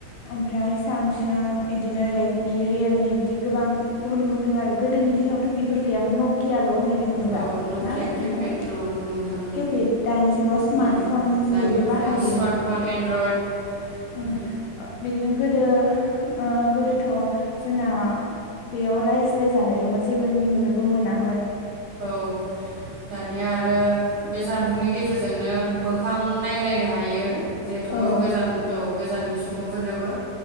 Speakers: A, on the left; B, on the right.
A: ओमफ्राय सामसुं इदिनो रेडमि रियेलमि बिदि गोबां गुबुन गुबुन दोङो आरो गोदोनि दिनावथ' बेफोर गैयामोन। कियाल' होननाय दोङोमोन
B: औ
A: दा
B: नकिया
A: ना
B: किपेड
A: नोंथां?
B: औ नंगौ नोंथां उम
A: केपेद दानि जुगाव स्मार्टफन
B: उम दानि
A: बयबो बाहायो।
B: जुगाव स्मार्टफन एन्ड्रइड
A: ओ
B: उम
A: बिदिनो गोदो ओ गोदोथ' जोंना बेयाव रायज्लाय जानायल'मोन जेबो नुनोबो मोनामोन।
B: औ दान निया आरो बे जानबुंनि गेजेरजोंनो मोग मोखां नायलायनो हायो। जिहेथु
A: औ
B: गोजान औ गोजाननि सुबुंफोरनोबो